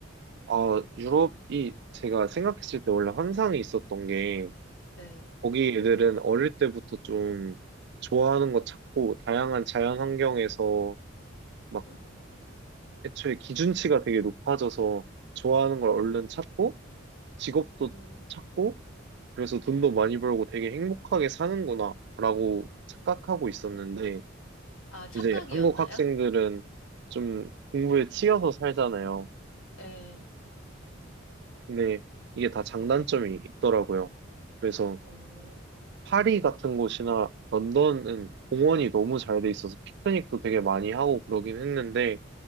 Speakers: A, on the right; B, on the left.
A: 아, 유럽이 제가 생각했을 때 원래 환상이 있었던 게,
B: 네.
A: 거기 애들은 어릴 때부터 좀 좋아하는 거 찾고, 다양한 자연 환경에서 막
B: 음,
A: 애초에 기준치가 되게 높아져서 좋아하는 걸 얼른
B: 음,
A: 찾고, 직업도
B: 음.
A: 찾고 그래서 돈도 많이 벌고 되게 행복하게 사는구나 라고 착각하고 있었는데
B: 아, 착각이었나요?
A: 이제 한국 학생들은 좀
B: 음.
A: 공부에 치여서 살잖아요.
B: 네.
A: 근데 이게 다 장단점이 있더라고요. 그래서
B: 오,
A: 파리 같은 곳이나 런던은 공원이 너무 잘돼 있어서 피크닉도 되게 많이 하고 그러긴 했는데